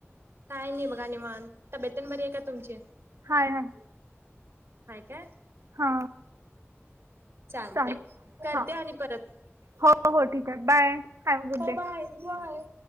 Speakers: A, on the right; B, on the right.
A: काय नाही बघा निवांत तब्येत तेन बरी हाय का तुमची?
B: हाय हाय.
A: हाय काय?
B: हा
A: चालतय
B: चालेल.
A: करते
B: हा
A: आणि परत
B: हो हो ठीक हाय बाय हॅव गुड
A: हो
B: डे.
A: बाय मी हाय.